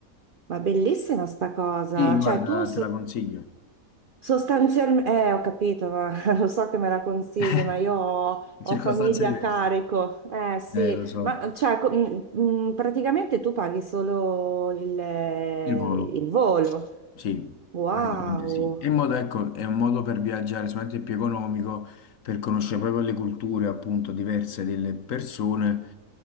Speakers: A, on the right; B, on the left.
A: ma bellissima sta cosa.
B: Sì, guarda,
A: Cioè, tu
B: te la consiglio.
A: sostanzialmente... Eh, ho capito, ma <laughs> lo so che me la consigli,
B: <laughs>
A: ma io ho, ho
B: Circostanze
A: famiglia
B: diverse.
A: a carico. Eh, sì,
B: Eh, lo so,
A: ma cioè, co- mm, mm, praticamente tu paghi solo il,
B: il volo.
A: il volo.
B: Sì,
A: Wow,
B: praticamente sì. È un modo, ecco, è un modo per viaggiare sicuramente più economico, per conoscere proprio le culture appunto diverse delle persone